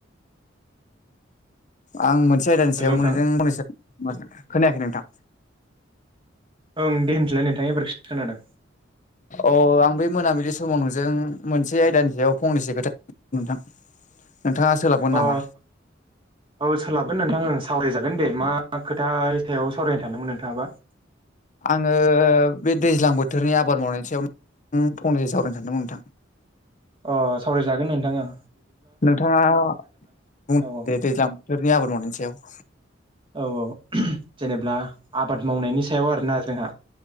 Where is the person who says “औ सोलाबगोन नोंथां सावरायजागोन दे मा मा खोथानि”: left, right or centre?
Right